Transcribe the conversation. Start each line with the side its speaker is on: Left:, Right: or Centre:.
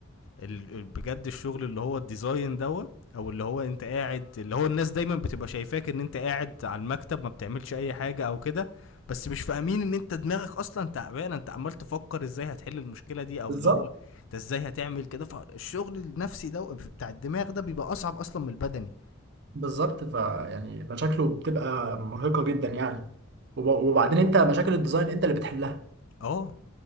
Left: ال- ال- بجد الشغل اللي هو الديزاين دوت او اللي هو انت قاعد اللي هو الناس دايما بتبقى شايفاك ان انت قاعد على المكتب ما بتعملش اي حاجه او كده بس مش فاهمين ان انت دماغك اصلا تعبان انت عمال تفكر ازاي هتحل المشكله دي او
Right: بالظبط
Left: اللي هو انت ازاي هتعمل كده فالشغل النفسي ده بتاع الدماغ ده بيبقى اصعب اصلا من البدني
Right: بالظبط فيعني مشاكله بتبقى مرهقة جدا يعني وب- وبعدين أنت مشاكل الديزاين أنت اللي بتحلها
Left: اه